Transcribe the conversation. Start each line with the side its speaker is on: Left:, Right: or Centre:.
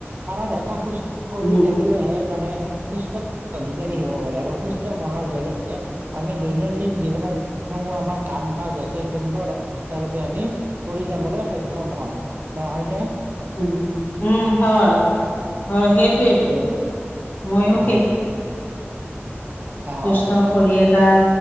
Right: কাৰণ এটা সুস্থ শৰীৰ
Left: উম
Right: থাকিলেহে মানে সুস্থ অধিকাৰী হব। আৰু সুস্থ মনৰ জৰিয়তে আমি দৈনন্দিন জীৱনত যিসমূহ আমাৰ কাম কাজ আছে। সুন্দৰ ৰূপে আমি কৰি যাবলৈ সক্ষম হওঁ নহয়নে।
Left: উ উম হয় হয় সেইটোৱেটো। ময়ো
Right: হয়
Left: সেই
Right: অ
Left: সুস্থ
Right: অ
Left: শৰীৰ এটা